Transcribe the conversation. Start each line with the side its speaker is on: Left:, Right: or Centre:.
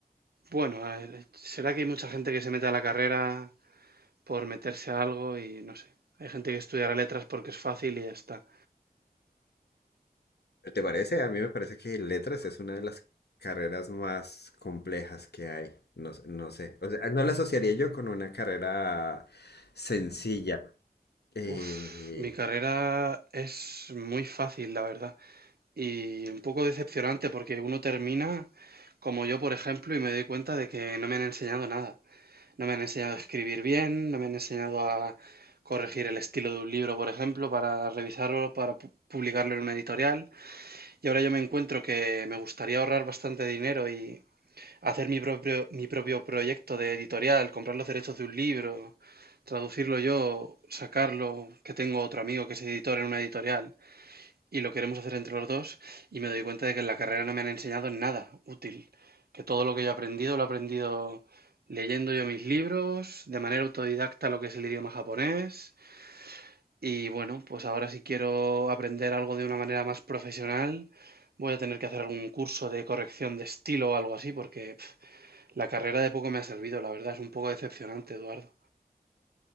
Right: Bueno, a ver, será que hay mucha gente que se mete a la carrera por meterse a algo y no sé. Hay gente que estudiará letras porque es fácil y ya está.
Left: ¿Te parece? A mí me parece que letras es una de las carreras más complejas que hay. No, sé- no sé. O sea, no la asociaría yo con una carrera sencilla. Eh,
Right: Uf, mi carrera es muy fácil, la verdad. Y un poco decepcionante porque uno termina como yo, por ejemplo, y me doy cuenta de que no me han enseñado nada. No me han enseñado a escribir bien, no me han enseñado a corregir el estilo de un libro, por ejemplo, para revisarlo, para pu- publicarlo en una editorial. Y ahora yo me encuentro que me gustaría ahorrar bastante dinero y hacer mi propio, mi propio proyecto de editorial, comprar los derechos de un libro, traducirlo yo, sacarlo, que tengo otro amigo que es editor en una editorial y lo queremos hacer entre los dos y me doy cuenta de que en la carrera no me han enseñado nada útil, que todo lo que yo he aprendido lo he aprendido leyendo yo mis libros, de manera autodidacta lo que es el idioma japonés y bueno, pues ahora si quiero aprender algo de una manera más profesional, voy a tener que hacer algún curso de corrección de estilo o algo así, porque pf, la carrera de poco me ha servido, la verdad, es un poco decepcionante, Eduardo.